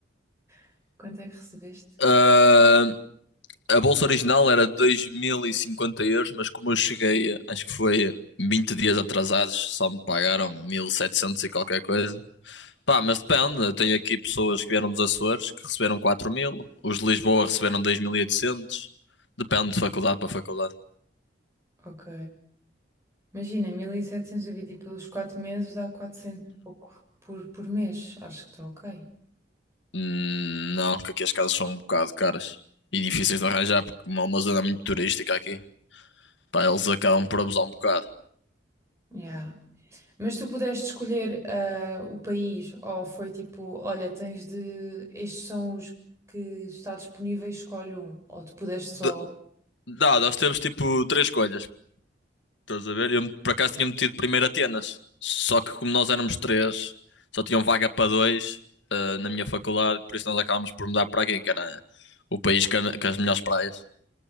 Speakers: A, on the right; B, on the left.
A: <laughs> quanto é que recebeste?
B: Ah, a bolsa original era 2.050 euros, mas como eu cheguei, acho que foi 20 dias atrasados, só me pagaram 1.700 e qualquer coisa. Pá, mas depende. Eu tenho aqui pessoas que vieram dos Açores que receberam quatro mil. Os de Lisboa receberam dois mil e oitocentos Depende de faculdade para faculdade.
A: Ok. Imagina, 1700 dividido pelos 4 meses dá 400 e pouco por, por mês. Acho que está ok.
B: Hum, não, porque aqui as casas são um bocado caras e difíceis de arranjar porque é uma zona muito turística aqui. Pá, eles acabam por abusar um bocado.
A: Yeah. Mas tu pudeste escolher ah, o país ou foi tipo, olha, tens de. Estes são os que está disponíveis, escolhe um. Ou tu pudeste
B: De-
A: só.
B: Dá, nós temos tipo três escolhas. Estás a ver? Eu por acaso tinha metido primeiro Atenas. Só que como nós éramos três, só tinham vaga para dois eh, na minha faculdade, por isso nós acabámos por mudar para aqui, que era o país que que as melhores praias.